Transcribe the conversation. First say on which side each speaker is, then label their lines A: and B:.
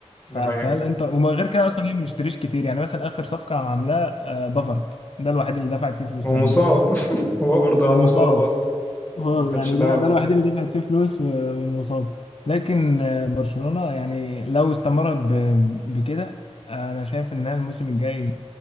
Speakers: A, on the left; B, on the left.
A: ف-
B: دي
A: فالانتر
B: حقيقة
A: ومن غير كده اصلا هي ما بتشتريش كتير يعني مثلا اخر صفقة عاملاها آه، بافارد ده الوحيد اللي دفعت فيه فلوس
B: ومصاب
A: تقريبا
B: <laughs> وبرضه هو برضه
A: ومصاب
B: مصاب
A: اه
B: ما كانش
A: يعني
B: لها
A: ده ده الوحيد اللي دفعت فيه فلوس و- ومصاب لكن آه، برشلونة يعني لو استمرت ب- بكده انا شايف انها الموسم الجاي